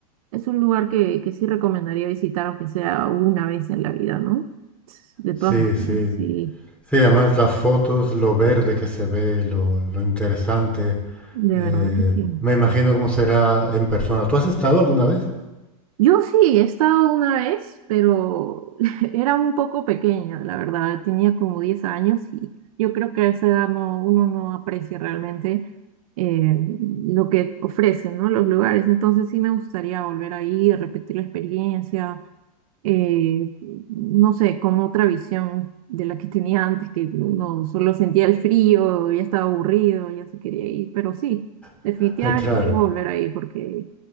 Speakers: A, on the right; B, in the centre.
A: es un lugar que, que sí recomendaría visitar, aunque sea una vez en la vida, ¿no? De
B: Sí,
A: todas maneras,
B: sí.
A: sí,
B: Sí, además las fotos, lo verde que se ve, lo, lo interesante.
A: de
B: eh,
A: verdad que sí.
B: me imagino cómo será en persona. ¿Tú has estado alguna vez?
A: Yo sí, he estado una vez, pero <laughs> era un poco pequeña, la verdad. Tenía como 10 años y yo creo que a esa edad no, uno no aprecia realmente eh, lo que ofrecen, ¿no? Los lugares. Entonces sí me gustaría volver ahí, repetir la experiencia, eh, no sé, con otra visión de la que tenía antes, que uno solo sentía el frío, ya estaba aburrido, ya se quería ir. Pero sí, definitivamente
B: <laughs> Eh, Claro,
A: quiero volver ahí porque